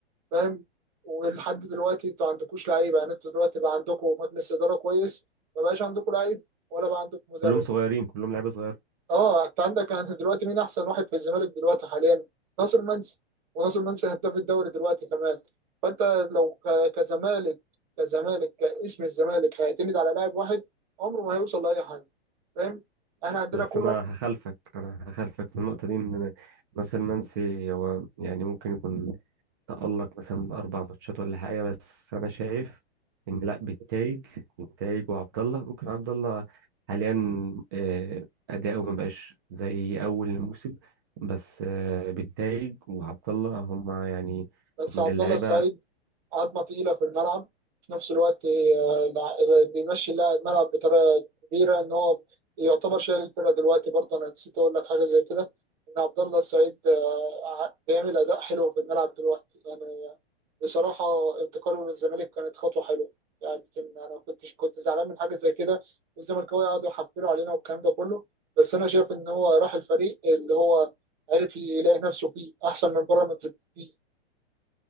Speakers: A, on the right; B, on the right.
A: فاهم ولحد دلوقتي انتوا ما عندكوش لعيبه يعني انتوا دلوقتي بقى عندكم مجلس اداره كويس ما بقاش عندكم لعيب ولا بقى عندكم مدرب
B: كلهم صغيرين كلهم لعيبة صغيرة
A: اه انت عندك انت دلوقتي مين احسن واحد في الزمالك دلوقتي حاليا ناصر منسي وناصر منسي هداف الدوري دلوقتي كمان فانت لو ك- كزمالك كزمالك كاسم الزمالك هيعتمد على لاعب واحد عمره ما هيوصل لاي حاجه فاهم احنا عندنا
B: بس
A: كولر
B: أنا هخالفك أنا هخالفك في النقطة دي إن ناصر منسي هو يعني ممكن يكون تألق مثلا من أربع ماتشات ولا حاجة بس أنا شايف إن لأ بالتايج بالتايج وعبد الله ممكن عبد الله حاليا آه، أداؤه مبقاش زي أول الموسم بس آه، بالتايج وعبد الله هما يعني
A: بس
B: من
A: عبد
B: اللعيبة
A: الله السعيد عظمه تقيله في الملعب في نفس الوقت آه، لع- بيمشي اللاعب الملعب بطريقه كبيره ان هو يعتبر شايل الفرقه دلوقتي برضه انا نسيت اقول لك حاجه زي كده ان عبد الله السعيد آه، ع- بيعمل اداء حلو في الملعب دلوقتي يعني بصراحه انتقاله من الزمالك كانت خطوه حلوه يعني يمكن انا كنت كنت زعلان من حاجه زي كده والزملكاويه قعدوا يحفلوا علينا والكلام ده كله بس انا شايف ان هو راح الفريق اللي هو عرف يلاقي نفسه فيه احسن من بيراميدز بكتير